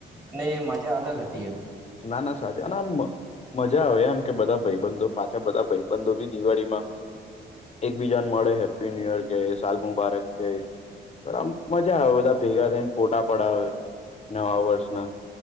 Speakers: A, on the right (about 20°); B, on the left (about 30°).
A: અને એ મજા અલગ હતી એમ.
B: ના ના સાચ અને આમ. મજા આવે એમ કે બધા ભાઈબંધો પાછા બધા ભાઈબંધો બી દિવાળીમાં એકબીજાને મળે હેપી ન્યુ યર કે સાલ મુબારક કે આમ મજા આવે બધા ભેગા થઈને ફોટા પડાવે. નવા વર્ષના